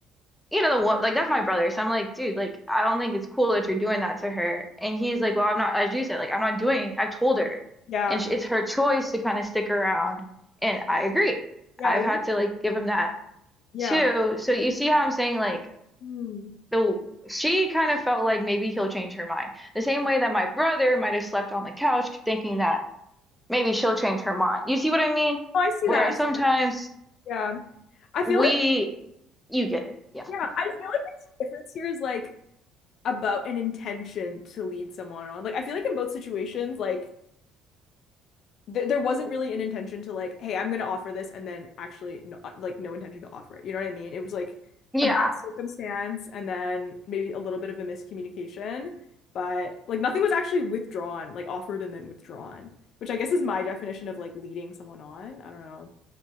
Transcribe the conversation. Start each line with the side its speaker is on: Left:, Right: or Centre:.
Centre: you know the one like that's my brother so i'm like dude like i don't think it's cool that you're doing that to her and he's like well i'm not as you said like i'm not doing i've told her
Left: Yeah.
Centre: and sh it's her choice to kind of stick around and i agree
Left: Yeah.
Centre: i've
Left: you-
Centre: had to like give him that
Left: Yeah.
Centre: too so you see how i'm saying like
Left: Mm.
Centre: the she kind of felt like maybe he'll change her mind the same way that my brother might have slept on the couch thinking that maybe she'll change her mind you see what i mean
Left: Oh, I see
Centre: whereas
Left: that. I see
Centre: sometimes
Left: that. Yeah. I feel
Centre: we
Left: like,
Centre: you get it yeah
Left: yeah, I feel like the difference here is like about an intention to lead someone on. Like, I feel like in both situations, like th there wasn't really an intention to like, hey, I'm gonna offer this, and then actually no, like no intention to offer it. You know what I mean? It was like
Centre: <laughs>
Left: a bad
Centre: yeah
Left: circumstance, and then maybe a little bit of a miscommunication, but like nothing was actually withdrawn, like offered and then withdrawn, which I guess is my definition of like leading someone on. I don't know,